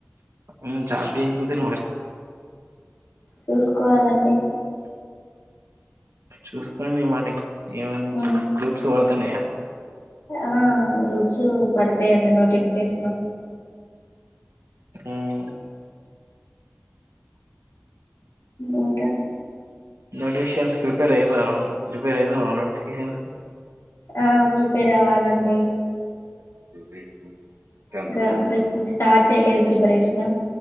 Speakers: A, on the right (about 85°); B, on the left (about 85°).
A: ఉహ్ జబికుదిగా మరి
B: చూసుకోవాలండి
A: చూసుకోండి మరి ఏమైనా
B: ఉమ్,
A: గ్రూప్స్ వాడ్ తనయ
B: ఆ గ్రూప్స్ పడతాయండి నోటిఫికషను
A: ఉహ్
B: ఇంకా
A: నోటిఫికేషన్స్ ప్రిపేర్ అయివ ప్రిపేర్ అయ్యితన్నవ నోటిఫికేషన్స్ కి
B: ఆ ప్రిపేర్ అవ్వాలండి.
A: <unintelligible>
B: ఇంకా
A: మళ్ళా
B: స్టార్ట్ చేయలేదు ప్రిపరేషను